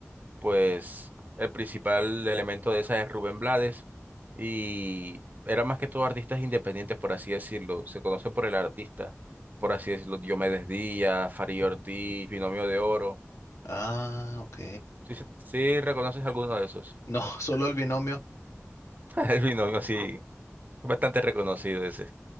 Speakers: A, on the right; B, on the left.
A: pues el principal elemento de esa es Rubén Blades y era más que todo artistas independientes, por así decirlo, se conoce por el artista, por así decirlo, Diomedes Díaz, Farid Ortiz, Binomio de Oro.
B: Ah, ok.
A: ¿Sí, se- sí reconoces alguno de esos?
B: No, <laughs> solo el binomio.
A: <laughs> El binomio sí. Bastante reconocido ese.